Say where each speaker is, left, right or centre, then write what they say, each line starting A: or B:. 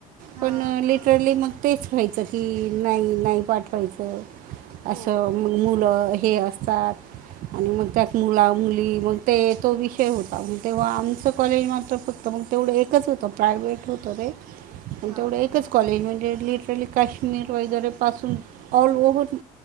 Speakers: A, on the right; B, on the right.
A: हा
B: पण लिटरली मग तेच व्हायचं की नाही नाही पाठवायचं
A: हो
B: असं मुलं हे असतात आणि मग त्यात मुला मुली मग ते तो विषय होता म तेव्हा आमचं कॉलेज मात्र फक्त मग तेवढं एकच होतं प्रायव्हेट होतं रे तेवढं
A: हा
B: एकच
A: हा
B: कॉलेज म्हणजे लिटरली काश्मीर वगैरेपासून ऑल ओ्हर